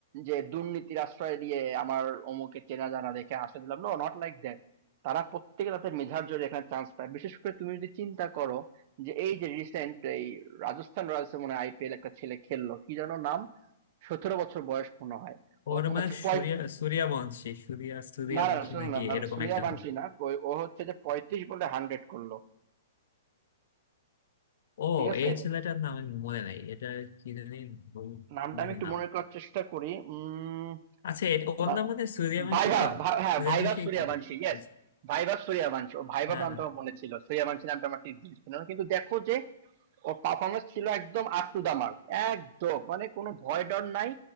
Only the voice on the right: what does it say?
যে দুর্নীতির আশ্রয় দিয়ে আমার অমুকে চেনা জানা দেখে আশ্রয় দিলাম। নো নট লাইক দ্যাট। তারা প্রত্যেকে তাদের মেধার জোরে এখানে চান্স পায়। বিশেষ করে তুমি যদি চিন্তা করো যে এই যে রিসেন্ট এই রাজস্থান রয়্যালস এ মনে হয় আইপিএল একটা ছেলে খেললো। কি যেন নাম? সতেরো বছর বয়স মনে হয় ও
মনে
হচ্ছে পঁয়-
না না শুনুন
না না
সুরিয়া
বানশি
না ও- ও হচ্ছে যে পঁয়ত্রিশ বলে হান্ড্রেড করলো
ঠিক আছে
নামটা
আমি একটু
মনে করার চেষ্টা করি উম
বা-
ভাইভাব
ভা- হ্যাঁ
Vaibhav সুরিয়া
বানশি yes Vaibhav Suryavanshi ও ভাইভাব
নামটা
আমার মনে ছিল সুরিয়া বানশি নামটা আমার ঠিক ছিল না। কিন্তু দেখো যে ওর পারফরমেন্স ছিল একদম আপ টু দা মার্ক একদম মানে কোনো ভয় ডর নাই